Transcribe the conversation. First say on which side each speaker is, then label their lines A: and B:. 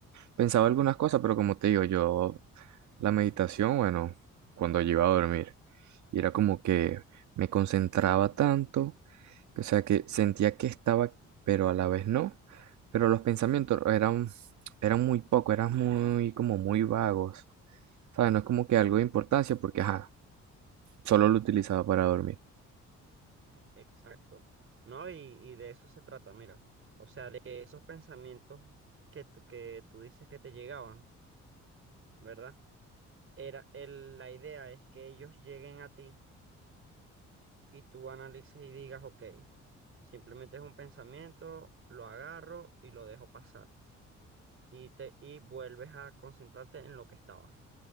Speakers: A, on the right (about 70°); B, on the right (about 45°).
A: pensaba algunas cosas, pero como te digo, yo la meditación, bueno, cuando yo iba a dormir, y era como que me concentraba tanto, o sea, que sentía que estaba, pero a la vez no, pero los pensamientos eran, eran muy poco, eran muy, como muy vagos, ¿sabes? No es como que algo de importancia porque, ajá, solo lo utilizaba para dormir.
B: E- Exacto. ¿No? Y, y de eso se trata, mira. O sea, de que esos pensamientos que tú, que tú dices que te llegaban, ¿verdad? Era, el, la idea es que ellos lleguen a ti y tú analices y digas, ok, simplemente es un pensamiento, lo agarro y lo dejo pasar. y, te, y vuelves a concentrarte en lo que estabas.